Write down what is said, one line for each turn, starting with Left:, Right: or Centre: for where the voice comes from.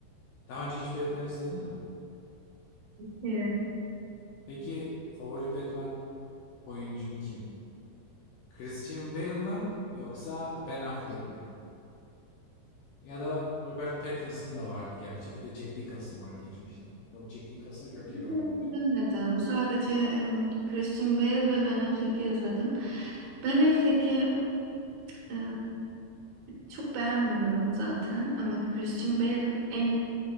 Left: Daha önce hiç Batman izledin mi?
Right: Yeah.
Left: Peki favori Batman oyuncun kim? Christian Bale mi yoksa Ben Affleck mi? Ya da Robert Pattinson da vardı gerçi. Bir de Jack Nicholson var geçmişte. Yok Jack Nicholson Joker
Right: İzlemedim.
Left: oynuyor.
Right: Sadece em, Christian Bale ve Ben Affleck'i izledim. Ben Affleck'i e, çok beğenmiyorum zaten ama Christian Bale en